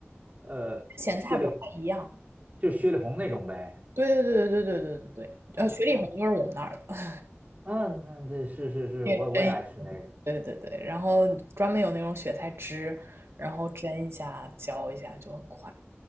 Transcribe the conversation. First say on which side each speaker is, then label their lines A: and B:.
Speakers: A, on the right; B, on the right.
A: 呃雪里红
B: 咸菜不太一样。
A: 就是雪里红那种呗。
B: 对对对对对对对对对，
A: 嗯嗯
B: 呃，雪里红就是我们那儿的那个
A: 嗯，那这是是是，
B: <laughs> 蒸一
A: 我我也爱吃那个。
B: 对对对，然后专门有那种雪菜汁，然后蒸一下、浇一下就很快。